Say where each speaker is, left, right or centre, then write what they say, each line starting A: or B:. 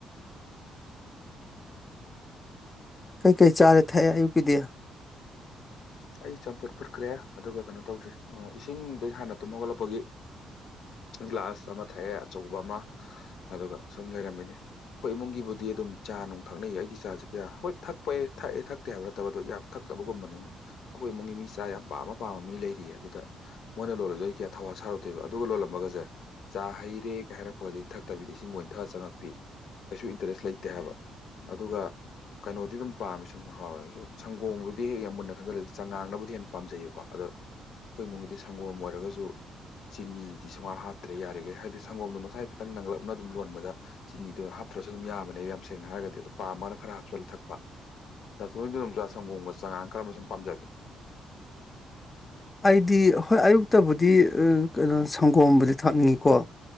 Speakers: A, on the left; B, on the left.
A: ꯀꯩ ꯀꯩ ꯆꯥꯔꯦ ꯊꯛꯑꯦ ꯑꯌꯨꯛꯀꯤꯗ
B: ꯑꯩ ꯆꯝꯐꯨꯠ ꯐꯨꯠꯈ꯭ꯔꯦ ꯑꯗꯨꯒ ꯀꯩꯅꯣ ꯇꯧꯗ꯭ꯔꯤ ꯑ ꯏꯁꯤꯡꯗꯤ ꯍꯥꯟꯅ ꯇꯨꯝ ꯍꯧꯒꯠꯂꯛꯄꯒꯤ ꯒ꯭ꯂꯥꯁ ꯑꯃ ꯊꯛꯑꯦ ꯑꯆꯧꯕ ꯑꯃ ꯑꯗꯨꯒ ꯁꯨꯝ ꯂꯩꯔꯝꯃꯤꯅꯤ ꯑꯩꯈꯣꯏ ꯏꯃꯨꯡꯒꯤꯕꯨꯗꯤ ꯑꯗꯨꯝ ꯆꯥ ꯅꯨꯡ ꯊꯛꯅꯩ ꯑꯩꯗꯤ ꯆꯥꯥꯁꯦ ꯀꯌꯥ ꯍꯣꯏ ꯊꯛꯄꯦ ꯊꯛꯑꯦ ꯊꯛ ꯊꯛꯇꯦ ꯍꯥꯏꯕ ꯅꯠꯇꯕꯗꯣ ꯌꯥꯝ ꯊꯛꯇꯕꯒꯨꯝꯕꯅꯦ ꯑꯩꯈꯣꯏ ꯏꯃꯨꯡꯒꯤ ꯃꯤ ꯆꯥ ꯌꯥꯝ ꯄꯥꯝꯃ ꯄꯥꯝꯃ ꯃꯤ ꯂꯩꯔꯤꯌꯦ ꯑꯗꯨꯗ ꯃꯣꯏꯅ ꯂꯣꯜꯂꯁꯨ ꯑꯩ ꯀꯌꯥ ꯊꯧ ꯋꯥ ꯁꯥꯔꯨꯗꯦꯕ ꯑꯗꯨꯒ ꯂꯣꯜꯂꯝꯃꯒꯁꯦ ꯆꯥ ꯍꯩꯔꯦ ꯀꯩ ꯍꯥꯏꯔꯛꯄꯗꯒꯤ ꯏꯊꯛꯇꯕꯤꯗ ꯏꯁꯤꯡꯒ ꯏꯊꯛ ꯆꯪꯉꯛꯄꯤ ꯀꯩꯁꯨ ꯏꯟꯇꯔꯦꯁ ꯂꯩꯇꯦ ꯍꯥꯏꯕ ꯑꯗꯨꯒ ꯀꯩꯅꯣꯗꯤ ꯑꯗꯨꯝ ꯄꯥꯝꯃꯦ ꯁꯨꯝ ꯍꯥꯎꯋꯦ ꯁꯪꯒꯣꯝꯕꯨꯗꯤ ꯍꯦꯛ ꯌꯥꯝ ꯃꯨꯟꯅ ꯈꯟꯖꯤꯜꯂꯁꯤ ꯆꯉꯥꯡꯅꯕꯨꯗꯤ ꯍꯦꯟꯅ ꯄꯥꯝꯖꯩꯌꯦꯀꯣ ꯑꯗꯣ ꯑꯩꯈꯣꯏ ꯏꯃꯨꯡꯒꯤꯗꯤ ꯁꯪꯒꯣꯝ ꯑꯣꯏꯔꯒꯁꯨ ꯆꯤꯅꯤ ꯇꯤ ꯁꯨꯍꯥꯞ ꯍꯥꯞꯇ꯭ꯔꯦ ꯌꯥꯔꯤꯈꯩ ꯍꯥꯏꯗꯤ ꯁꯪꯒꯣꯝꯗꯣ ꯃꯁꯥꯏ ꯈꯤꯇꯪ ꯅꯪꯪꯂꯞꯅ ꯑꯗꯨꯝ ꯂꯣꯟꯕꯗ ꯆꯤꯅꯤꯗꯣ ꯍꯥꯞꯇ꯭ꯔꯁꯨ ꯑꯗꯨꯝ ꯌꯥꯕꯅꯦꯕ ꯌꯥꯝ ꯁꯦꯡꯅ ꯍꯥꯏꯔꯒꯗꯤ ꯑꯗꯣ ꯄꯥꯝꯃꯒꯅ ꯈꯔ ꯍꯥꯞꯆꯜꯂ ꯊꯛꯄ ꯗꯥꯊꯣꯢꯗꯨ ꯑꯗꯨꯝ ꯆꯥ ꯁꯪꯒꯣꯝꯒ ꯆꯥꯉꯥꯡ ꯈꯔ ꯀꯔꯝꯕ ꯁꯨꯝ ꯄꯥꯝꯖꯒꯦ
A: <inaudible> ꯑꯩꯗꯤ ꯍꯣꯏ ꯑꯌꯨꯛꯇꯕꯨꯗꯤ <unintelligible> ꯀꯩꯅꯣ ꯁꯪꯒꯣꯝꯕꯨꯗꯤ ꯊꯛꯅꯤꯀꯣ